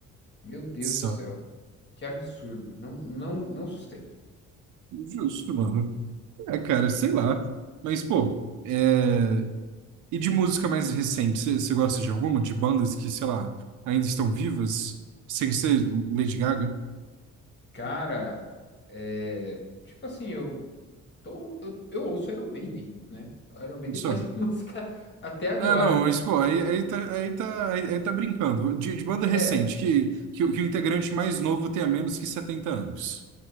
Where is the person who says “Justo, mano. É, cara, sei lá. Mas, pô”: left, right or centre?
Right